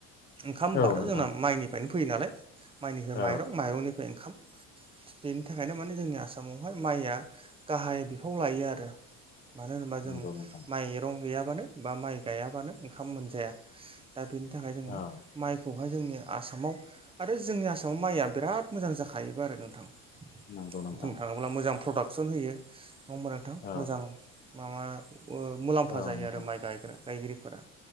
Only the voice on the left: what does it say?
औ नोंथां
औ
नंगौ नोंथां
औ
नंगौ नोंथां
औ
औ
नोंथां